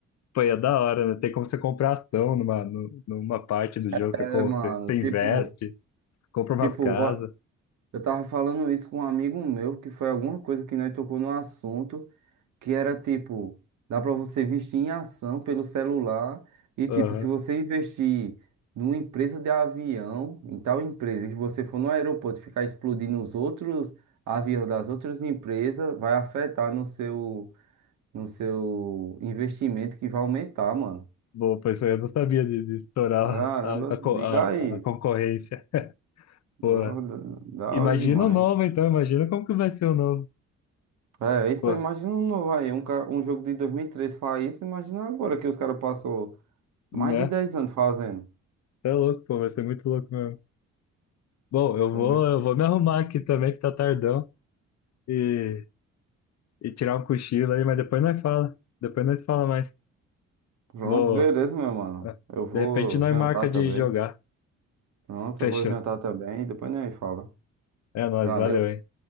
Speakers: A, on the left; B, on the right.
A: Pô, e é da hora, né? Tem como você comprar ação numa, nu- numa parte do jogo,
B: É,
A: você, com-
B: mano,
A: você, você
B: tipo,
A: investe, compra umas
B: tipo,
A: casas.
B: Eu tava falando isso com um amigo meu, que foi alguma coisa que nós tocou no assunto, que era tipo, dá pra você investir em ação pelo celular e
A: Aham.
B: tipo, se você investir numa empresa de avião, em tal empresa, e se você for no aeroporto e ficar explodindo os outros aviões das outras empresas, vai afetar no seu no seu investimento que vai aumentar, mano.
A: Bom, pois eu não sabia de, de estourar
B: Caramba,
A: a, a, co-
B: liga
A: a,
B: aí.
A: a concorrência. Pô,
B: Da da- da
A: imagina
B: hora demais.
A: o novo, então, imagina como que vai ser o novo.
B: É, então
A: Pô,
B: imagina um novo aí, um, ca- um jogo de 2003 faz isso, imagina agora que os caras passou mais
A: né?
B: de 10 anos fazendo.
A: É louco, pô, vai ser muito louco mesmo. Bom, eu
B: Isso
A: vou,
B: é muito...
A: eu vou me arrumar aqui também, que tá tardão, e, e tirar um cochilo aí, mas depois nós fala. Depois nós fala mais.
B: Pronto,
A: Vou.
B: beleza, meu mano.
A: ah,
B: Eu vou
A: De repente nós
B: jantar
A: marca
B: também.
A: de jogar.
B: Pronto,
A: Fechou.
B: eu vou jantar também, depois nem fala.
A: É nóis,
B: Valeu.
A: valeu, hein?